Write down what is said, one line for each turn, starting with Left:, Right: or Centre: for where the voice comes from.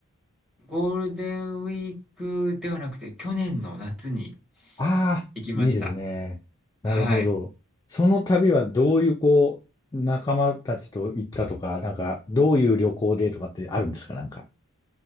Centre: ゴールデンウィークではなくて、去年の夏に
Left: ああー、
Centre: 行きました。
Left: いいですね。なるほど。
Centre: はい。
Left: その旅はどういうこう、仲間たちと行ったとか、なんかどういう旅行でとかってあるんですかなんか。